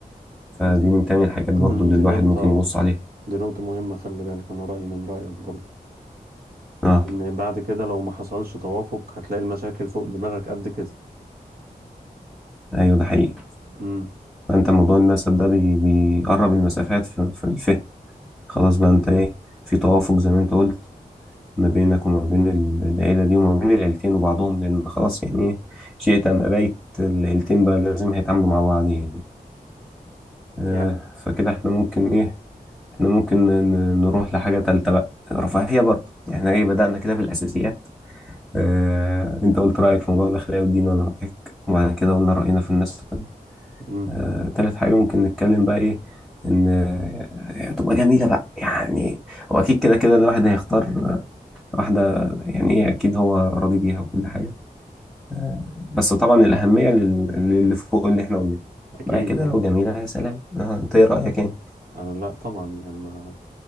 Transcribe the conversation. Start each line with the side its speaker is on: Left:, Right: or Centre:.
Centre: فدي
Right: دي
Centre: من تاني الحاجات
Right: <clears throat>
Centre: برضو اللي
Right: دي
Centre: الواحد
Right: نقطة
Centre: ممكن يبص عليها
Right: دي نقطة مهمة خلي بالك انا رأيي من رأيك برضو
Centre: اه
Right: لان بعد كده لو ما حصلش توافق هتلاقي المشاكل فوق دماغك قد كده
Centre: أيوه ده حقيقي
Right: امم
Centre: فأنت موضوع النسب ده بي- بيقرب المسافات في في الفهم خلاص بقى أنت إيه في توافق زي ما أنت قلت ما بينك وما بين العيلة دي وما بين العيلتين وبعضهم لأن خلاص يعني إيه شئت أم أبيت العيلتين بقى لازم هيتعاملوا مع بعض يعني آه
Right: فعلا
Centre: فكده إحنا ممكن إيه إحنا ممكن ن- نروح لحاجة تالتة بقى رفاهية برضه يعني إيه بدأنا كده بالأساسيات آه أنت قلت رأيك في موضوع الأخلاق والدين وأنا معاك وبعد كده قلنا رأينا في الناس
Right: امم
Centre: آه تالت حاجة ممكن نتكلم بقى إيه إن آه، تبقى جميلة بقى يعني هو أكيد كده كده الواحد هيختار واحدة يعني إيه أكيد هو راضي بيها وكل حاجة آه، بس طبعا الأهمية لل- للي فوق اللي إحنا قلناه
Right: اكيد
Centre: بعد كده
Right: اه
Centre: لو جميلة يا سلام آه، أنت إيه رأيك يعني؟
Right: آه، لا طبعا يعني ما